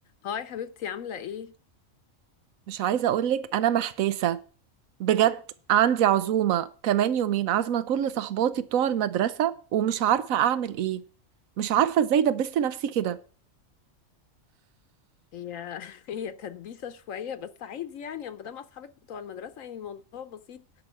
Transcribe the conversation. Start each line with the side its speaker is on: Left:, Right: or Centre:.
Left: هاي حبيبتي عاملة ايه؟
Right: مش عايزة أقولك أنا محتاسة بجد عندي عزومة كمان يومين عازمة كل صحباتي بتوع المدرسة ومش عارفة أعمل إيه مش عارفة إزاي دبست نفسي كده
Left: هي <laughs> هي تدبيسة شوية بس عادي يعني ما دام اصحابك بتوع المدرسة يعني الموضوع بسيط